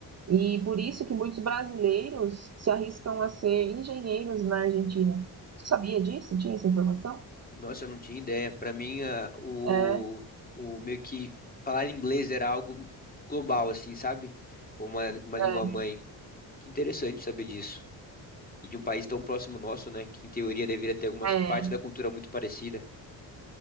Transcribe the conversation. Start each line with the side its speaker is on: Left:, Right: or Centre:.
Right: E por isso que muitos brasileiros se arriscam a ser engenheiros na Argentina. Você sabia disso? Tinha essa informação?
Left: Nossa, eu não tinha ideia. Para mim, a- o,
Right: É,
Left: o meio que falar inglês era algo global, assim, sabe? Como uma, uma língua
Right: é,
Left: mãe. Que interessante saber disso. E de um país tão próximo nosso, né? Que em teoria deveria ter algumas
Right: é,
Left: partes da cultura muito parecida.